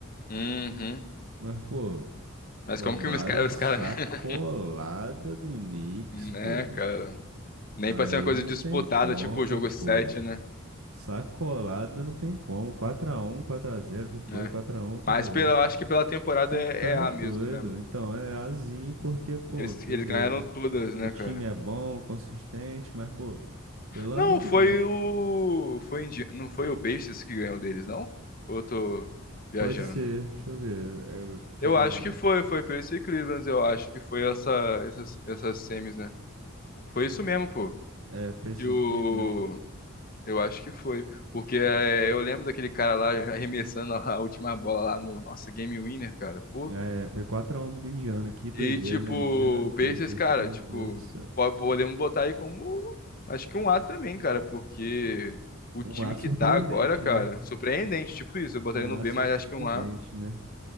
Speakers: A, on the left (about 45°); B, on the right (about 80°).
A: Uhum.
B: Mas, pô,
A: Mas
B: tomaram
A: como que os caras.
B: sacolada
A: Os cara... <laughs>
B: do Knicks,
A: Né,
B: pô.
A: cara? Nem
B: Aí
A: pra ser uma coisa
B: não
A: disputada,
B: tem como,
A: tipo o jogo 7
B: pô.
A: né?
B: Sacolada não tem como. quatro a um quatro a zero que foi,
A: É.
B: quatro a um quatro
A: Mas
B: a
A: pela,
B: zero
A: eu acho que pela temporada
B: Tu
A: é,
B: tá
A: é A
B: doido.
A: mesmo, né, mano?
B: Então é azinho porque, pô,
A: Eles,
B: beleza.
A: eles ganharam todas, né,
B: O time
A: cara?
B: é bom, consistente, mas, pô, pelo amor
A: Não, foi
B: de Deus.
A: o. Foi Indi... Não foi o Pacers que ganhou deles, não? Ou eu tô viajando?
B: Pode ser, deixa eu ver. É, deixa
A: Eu
B: eu dar
A: acho
B: um.
A: que foi, foi Pacers e Cleveland, eu acho que foi essa, essas, essas semis, né? Foi isso mesmo, pô.
B: É, Pacers
A: Que o.
B: de Cleveland.
A: Eu acho que foi. Porque é, eu lembro daquele cara lá arremessando a última bola lá no nossa Game Winner, cara. Pô,
B: É, foi quatro a um do Indiana. Que doideira,
A: E, tipo,
B: né? Indiana
A: o Pacers,
B: Pacers,
A: cara,
B: meu
A: tipo,
B: Deus do céu.
A: po- podemos botar aí como, acho que um A também, cara, porque o time
B: Um A
A: que
B: surpreendente,
A: tá agora, Uhum. cara,
B: né?
A: surpreendente, tipo isso, eu botaria
B: Um
A: no
B: A
A: B,
B: surpreendente,
A: mas acho que um A,
B: né?